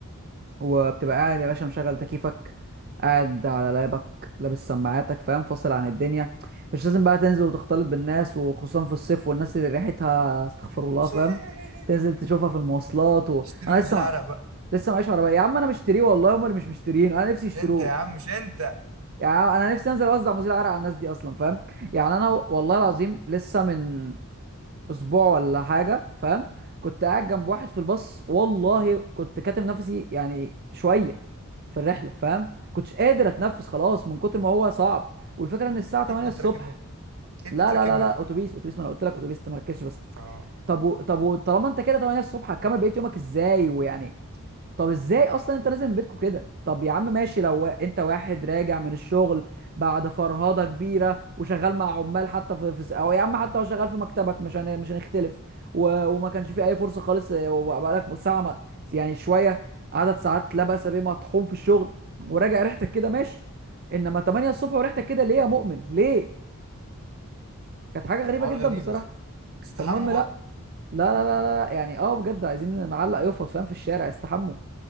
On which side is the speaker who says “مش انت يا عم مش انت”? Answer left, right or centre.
Right